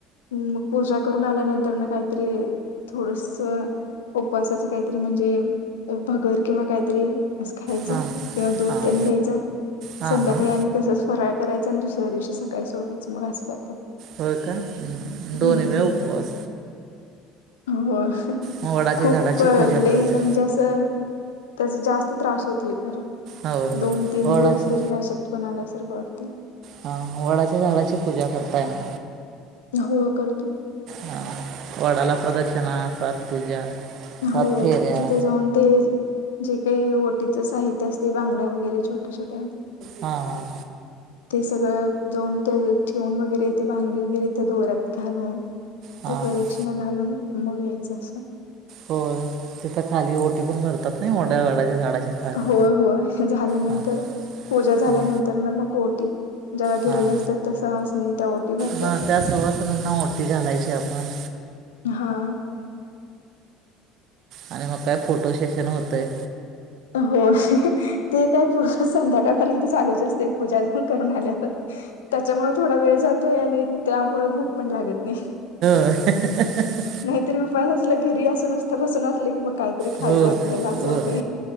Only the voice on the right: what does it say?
हां
हां
हां
हां
होय काय दोन्ही
वेळा उपवास
मग वडाच्या
झाडाची पूजा
करायची
होय हो
वडाची
हा वडाच्या झाडाची पूजा करताय ना?
हा वडाला प्रदक्षिणा सात पूजा सात
फेऱ्या
हां हां
हां
हां
होय तिथं खाली ओटी पण भरतात नाही वडा वाडाच्या झाडाच्या खाली
हां
हां
हां
हां त्या सवासणांना ओटी घालायची आपण
आणि मग काय फोटो सेशन होतंय.
ह ह ह ह
हो
व